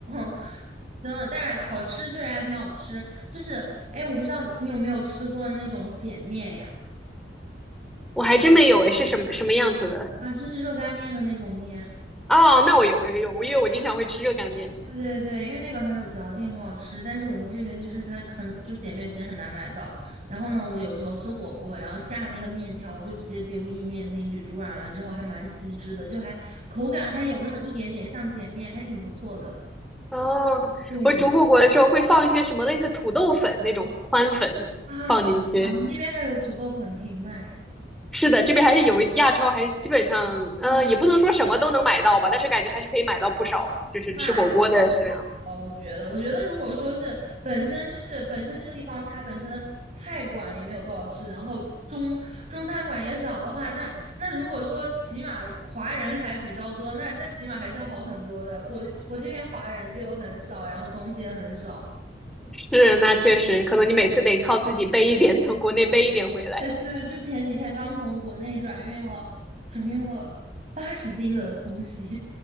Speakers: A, on the right (about 40°); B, in the centre.
A: <laughs> 真的，但是好吃确实还挺好吃。就是，哎，我不知道你有没有吃过那种碱面呀？
B: 我还真没有诶，是什么什么样子的？
A: 啊，就是热干面的那种面。
B: 哦，那我有有有，因为我经常会吃热干面。
A: 对对对，因为那个很有嚼劲，很好吃。但是我在这边就是它很，就碱面其实很难买到。然后呢，我有时候吃火锅，然后下那个面条，我就直接丢意面进去，煮软了之后还蛮吸汁的，就还口感还有那么一点点像碱面，还挺不错的。
B: 哦，
A: 对
B: 我煮火锅的时候会放一些什么类似土豆粉那种宽粉放进去。
A: 啊，真的啊，你那边还有土豆粉可以卖。
B: 是的，这边还是有亚超，还是基本上，呃，
A: 哦，
B: 也不能说什么都能买到吧，但是感觉还是可以买到不少，就是吃火锅的是
A: 那呃，我觉得，我觉得如果说是本身就是本身这个地方它本身的菜馆也没有多少吃，然后中中餐馆也少的话，那那如果说起码华人还比较多，那那起码还是要好很多的。我我这边华人就很少，然后东西也很少。
B: 是，那确实，可能你每次得靠自己背一点，从国内背一点回来，
A: 对对，就前几天刚从国内转运了，转运了八十斤的东西，